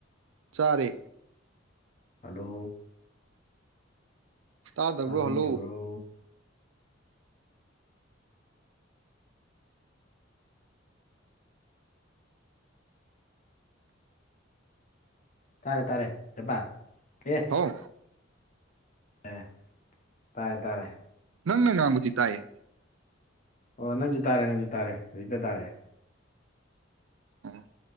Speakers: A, on the right (about 85°); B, on the left (about 40°).
A: ꯆꯔꯦ
B: ꯍꯂꯣ
A: ꯇꯥꯗꯕ꯭ꯔꯣ
B: ꯇꯥꯕꯤꯔꯕ꯭ꯔꯣ
A: ꯍꯜꯂꯣ
B: ꯇꯥꯔꯦ ꯇꯥꯔꯦ ꯆꯄ ꯑꯦ
A: ꯍꯥꯎ
B: ꯑꯦ ꯇꯥꯔꯦ ꯇꯥꯔꯦ
A: ꯅꯪꯅ ꯉꯥꯡꯕꯗꯤ ꯇꯥꯏꯌꯦ
B: ꯑꯣ ꯅꯪꯁꯨ ꯇꯥꯔꯦ ꯅꯪꯁꯨ ꯇꯥꯔꯦ ꯍꯧꯖꯤꯛꯇ ꯇꯥꯔꯑꯦ
A: ꯑ